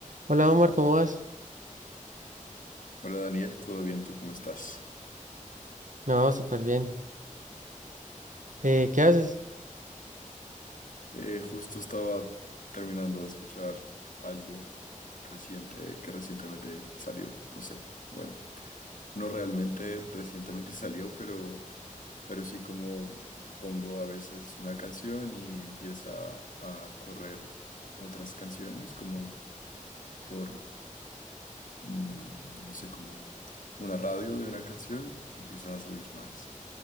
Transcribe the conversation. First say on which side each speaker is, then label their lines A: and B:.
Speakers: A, on the right; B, on the left.
A: Hola Omar, ¿cómo vas?
B: Hola Daniel, ¿todo bien? ¿Tú cómo estás?
A: No, súper bien. Eh, ¿qué haces?
B: Eh, justo estaba terminando de escuchar algo reciente que recientemente salió, no sé. Bueno, no realmente recientemente <laughs> salió, pero, pero sí como pongo a veces una canción y empieza a correr otras canciones como por, mm, no sé, como una radio de una canción y empiezan a salir más.